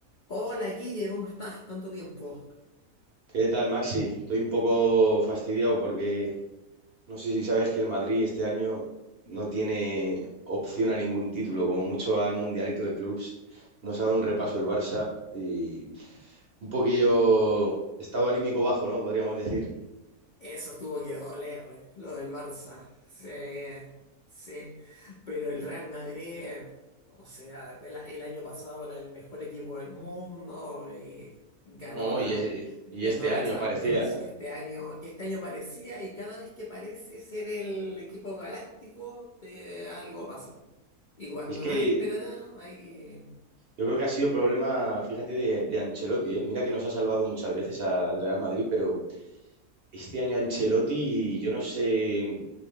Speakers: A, on the left (about 60°); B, on the right (about 50°).
A: Hola, Guille, ¿cómo estás? Tanto tiempo.
B: ¿Qué tal, Maxi? Estoy un poco fastidiado porque no sé si sabes que el Madrid este año no tiene opción a ningún título, como mucho al Mundialito de Clubs. Nos ha dado un repaso el Barça y un poquillo estado anímico bajo, ¿no? Podríamos decir.
A: Eso tuvo que doler, eh, lo del Barça. Sí, sí. Pero el Real Madrid, o sea, el, el año pasado era el mejor equipo del mundo y ganó
B: No,
A: la,
B: y, es- y
A: ganó
B: este
A: la
B: año
A: Champions.
B: parecía.
A: Y este año, y este año parecía, y cada vez que parece ser el equipo galáctico, eh, algo pasa. Y cuando
B: Es que
A: nadie espera nada, ahí.
B: yo creo que ha sido problema, fíjate, de, de Ancelotti, ¿eh? Mira que nos ha salvado muchas veces al Real Madrid, pero este año Ancelotti, yo no sé,